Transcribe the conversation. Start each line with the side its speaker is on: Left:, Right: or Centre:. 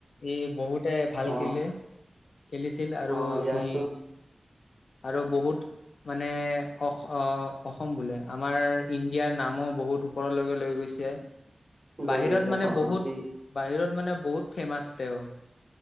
Left: ই বহুতে ভাল
Right: অ
Left: খেলিলে। খেলিছিল আৰু
Right: অ ইয়াতো
Left: সি আৰু বহুত মানে অস অ', অসম বোলে আমাৰ ইণ্ডিয়াৰ নামো বহুত ওপৰলৈকে লৈ গৈছে।
Right: লৈ
Left: বাহিৰত
Right: গৈছে
Left: মানে
Right: অ
Left: বহুত
Right: অ ই
Left: বাহিৰত মানে বহুত ফেমাছ তেঁও।